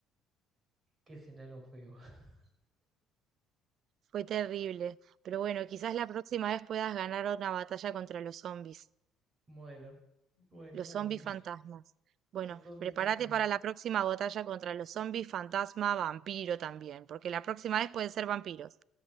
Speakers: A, on the right; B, on the right.
A: ¿Qué escenario feo? <laughs>
B: Fue terrible, pero bueno, quizás la próxima vez puedas ganar una batalla contra los zombies.
A: Bueno, bueno,
B: Los
A: dale.
B: zombies
A: <laughs>
B: fantasmas. Bueno,
A: Los zombies
B: prepárate
A: fantasmas.
B: para la próxima batalla contra los zombies fantasma vampiro también, porque la próxima vez pueden ser vampiros.